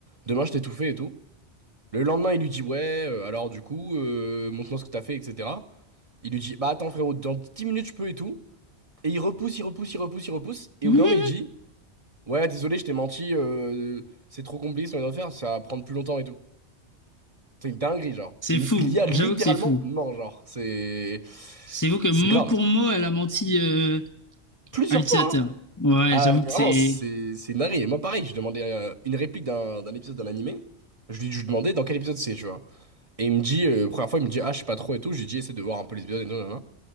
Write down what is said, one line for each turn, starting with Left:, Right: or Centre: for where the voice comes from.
Right: Demain, je t'ai tout fait et tout. Le lendemain, il lui dit, ouais, euh, alors du coup, euh, montre-moi ce que t'as fait, etc. Il lui dit, bah, attends, frérot, dans 10 minutes, je peux et tout. Et il repousse, il repousse, il repousse, il repousse. Et
Left: <laughs>
Right: au bout d'un moment, il dit, ouais, désolé, je t'ai menti, euh, c'est trop compliqué ce qu'on vient de faire, ça va prendre plus longtemps et tout. C'est une dinguerie, genre.
Left: C'est
Right: L'I
Left: fou,
Right: a
Left: j'avoue
Right: littéralement
Left: que c'est fou.
Right: ment, genre. C'est.
Left: C'est vous que mot
Right: C'est grave.
Left: pour mot, elle a menti euh,
Right: Plusieurs
Left: à l'utilisateur.
Right: fois, hein.
Left: Ouais,
Right: Ah,
Left: j'avoue que
Right: mais vraiment,
Left: c'est
Right: c'est c'est une dinguerie. Et moi, pareil, je demandais euh, une réplique d'un d'un épisode d'un animé. Je lui, je lui demandais dans quel épisode c'est, tu vois. Et il me dit, euh, première fois, il me dit, ah, je sais pas trop et tout. Je lui dis, essaie de voir un peu les épisodes et tout, nanana.